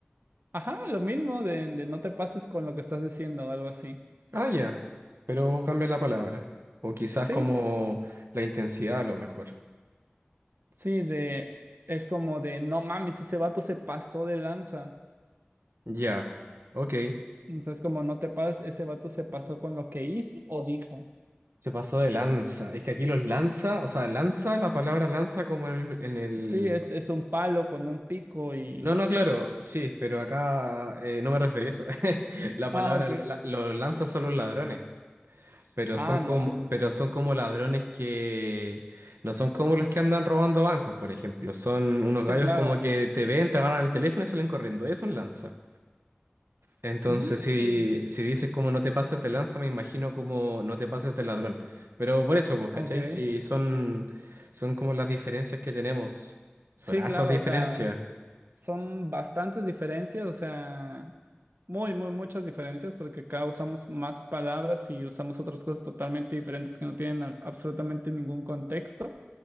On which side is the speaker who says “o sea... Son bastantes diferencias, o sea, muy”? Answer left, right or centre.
Right